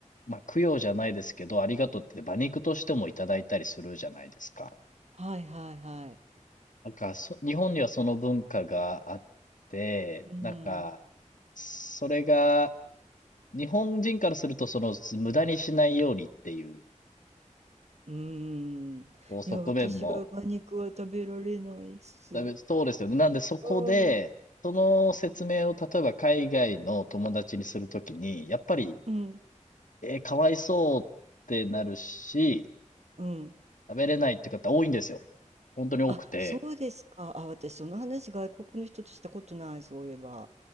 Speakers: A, on the left (about 85°); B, on the right (about 60°).
A: う、まあ、供養じゃないですけど、ありがとうって馬肉としてもいただいたりするじゃないですか。
B: はいはいはい。
A: なんか、そ、日本にはその文化があって、
B: うん、
A: なんか、それが、日本人からすると、その、無駄にしないようにっていう、
B: うーん。
A: こう、側面も、
B: いや、私は馬肉は食べられないっす。
A: だめそうですよね。なんで、そこで、
B: うん、
A: その説明を、例えば海外の友達にするときに、やっぱり、
B: うん、
A: えーかわいそうってなるし、
B: うん。
A: 食べれないって方多いんですよ。本当に多くて。
B: あ、そうですか。あ、私その話外国の人としたことない、そういえば。